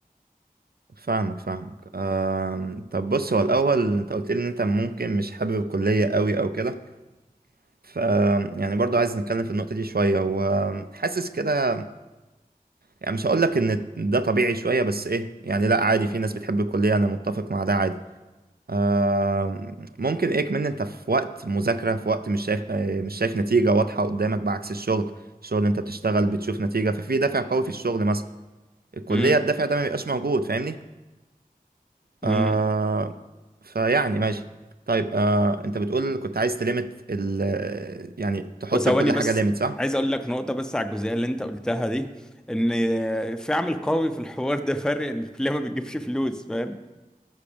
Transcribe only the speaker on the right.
فاهمك فاهمك أم... طب بص هو الأول أنت قلت لي إن أنت ممكن مش حابب الكلية قوي أو كده ف يعني برضو عايز نتكلم في النقطة دي شوية وحاسس كده يعني مش هقول لك ان ده طبيعي شويه بس ايه يعني لا عادي في ناس بتحب الكليه انا متفق مع ده عادي آه ممكن ايه كمان انت في وقت مذاكره في وقت مش شايف آه مش شايف نتيجه واضحه قدامك بعكس الشغل الشغل انت بتشتغل بتشوف نتيجه ففي دافع قوي في الشغل مثلا الكليه
الدافع ده ما بيبقاش موجود فاهمني
آه فيعني ماشي طيب آه انت بتقول كنت عايز تليمت ال يعني تحط
لكل
حاجه ليميت صح